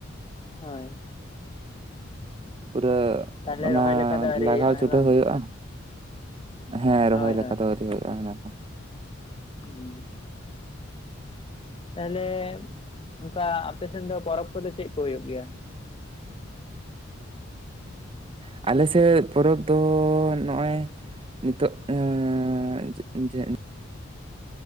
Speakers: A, on the left; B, on the right.
A: ᱦᱳᱭ
B: ᱯᱩᱨᱟᱹ
A: ᱛᱟᱦᱚᱞᱮ
B: ᱚᱱᱟ
A: ᱨᱚᱦᱚᱭ ᱞᱮᱠᱟ ᱫᱚ ᱟᱹᱣᱨᱤ
B: ᱞᱟᱜᱟᱣ
A: ᱦᱩᱭᱩᱜᱼᱟ
B: ᱪᱷᱩᱴᱷᱟᱹᱣ
A: ᱦᱮᱸ ᱵᱟᱝ
B: ᱦᱩᱭᱩᱜ-ᱟ᱾ ᱦᱮᱸ ᱨᱚᱦᱚᱭ
A: ᱦᱳᱭ
B: ᱞᱮᱠᱟ ᱫᱚ ᱟᱭᱨᱤ, ᱦᱩᱭᱩᱜ-ᱟ ᱚᱱᱟ ᱫᱚ
A: ᱦᱮᱸ ᱛᱟᱦᱚᱞᱮ ᱚᱱᱠᱟ ᱟᱯᱮᱥᱮᱱ ᱫᱚ ᱯᱚᱨᱚᱵᱽ ᱠᱚᱫᱚ ᱪᱮᱫ ᱠᱚ ᱦᱩᱭᱩᱜ ᱜᱮᱭᱟ?
B: ᱟᱞᱮ ᱥᱮᱫ ᱯᱚᱨᱚᱵᱽ ᱫᱚ ᱱᱚᱜ-ᱚᱭ ᱱᱤᱛᱚᱜ ᱮᱸᱻᱻ ᱫᱮᱜᱤᱧ ᱡᱮ